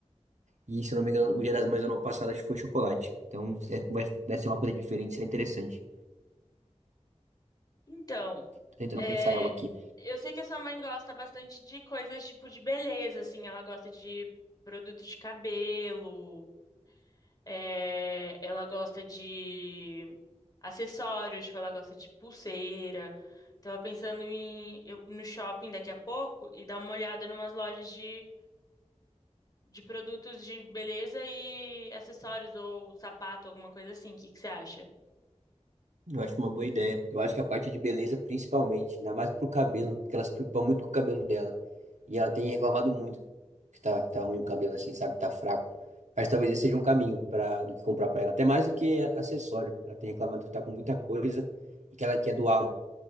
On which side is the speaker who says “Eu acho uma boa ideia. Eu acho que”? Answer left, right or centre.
Right